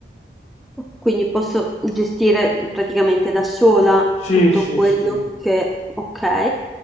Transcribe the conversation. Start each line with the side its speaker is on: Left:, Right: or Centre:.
Centre: Quindi posso gestire praticamente da sola
Left: Sì,
Centre: tutto
Left: sì,
Centre: quello
Left: sì.
Centre: che... Ok.